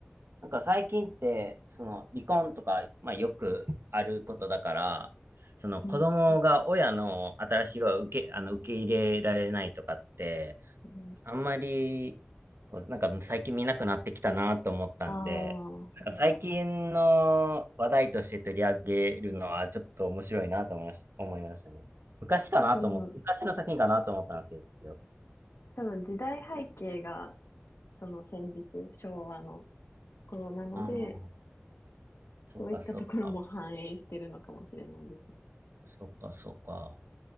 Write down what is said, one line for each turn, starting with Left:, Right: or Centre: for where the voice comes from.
Right: なんか最近って、その離婚とか、まあよくあることだから、その子供が親の新しいを受け、
Left: うん。
Right: あの、受け入れられないとかって、
Left: うん。
Right: あんまり、こう、なんか最近見なくなってきたなと思ったんで、
Left: ああ、
Right: なんか最近の話題として取り上げるのはちょっと面白いなと思いまし、思いましたね。昔かなと思って昔の作品かなと思ったんですけど。
Left: だからその、多分時代背景がその戦時中、昭和の頃なので、
Right: ああ、そっかそっか。
Left: そういったところも反映してるのかもしれないです。
Right: そっかそっか。